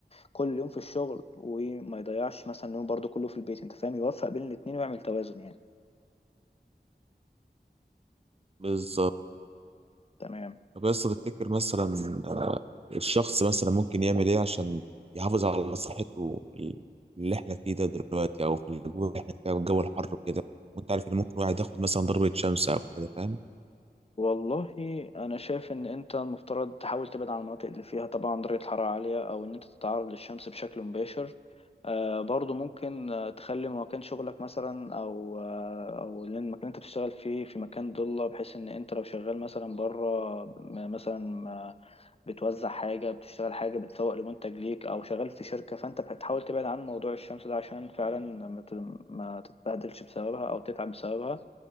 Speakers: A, on the left; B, on the right.
A: كل يوم في الشغل وما يضيعش مثلا يوم برضو كله في البيت انت فاهم يوفق بين الاتنين ويعمل توازن يعني
B: بالظبط
A: تمام
B: طب بس تفتكر مثلا آه، الشخص مثلا ممكن يعمل ايه عشان يحافظ على صحته في اللي احنا فيه ده دلوقتي او في الجو اللي احنا فيه أو الجو الحر وكده وانت عارف ان ممكن واحد ياخد مثلا ضربة شمس او كده فاهم
A: والله انا شايف ان انت المفترض تحاول تبعد عن المناطق اللي فيها طبعا درجة حرارة عالية او ان انت تتعرض للشمس بشكل مباشر آه برضو ممكن آه، تخلي مكان شغلك مثلا او آه او لأن المكان اللي انت بتشتغل فيه في مكان ضلة بحيث ان انت لو شغال مثلا بره م- مثلا آه، بتوزع حاجة بتشتغل حاجة بتسوق لمنتج ليك او شغال في شركة فانت بتحاول تبعد عن موضوع الشمس ده عشان فعلا ما تت- ما تتبهدلش بسببها او تتعب بسببها